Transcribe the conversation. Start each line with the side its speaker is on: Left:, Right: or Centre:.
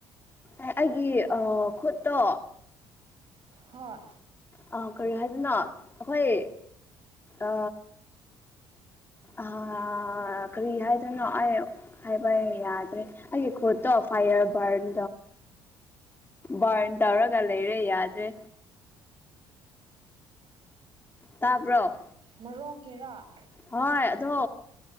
Left: ꯑꯦ ꯑꯩꯒꯤ ꯑ ꯈꯨꯠꯇꯣ
Right: ꯍꯣꯏ
Left: ꯑ ꯀꯔꯤ ꯍꯥꯏꯕꯅꯣ ꯑꯩꯈꯣꯏ ꯑ ꯑ ꯀꯔꯤ ꯍꯥꯏꯗꯣꯏꯅꯣ ꯑꯩ ꯍꯥꯏꯕ ꯌꯥꯗ꯭ꯔꯦ ꯑꯩꯒꯤ ꯈꯨꯠꯇꯣ ꯐꯥꯏꯌꯔ ꯕꯔꯟ ꯕꯔꯟ ꯇꯧꯔꯒ ꯂꯩꯔꯦ ꯌꯥꯗ꯭ꯔꯦ ꯇꯥꯕꯔꯣ
Right: ꯃꯔꯣꯡ ꯀꯦꯔꯥ
Left: ꯍꯣꯏ ꯑꯗꯣ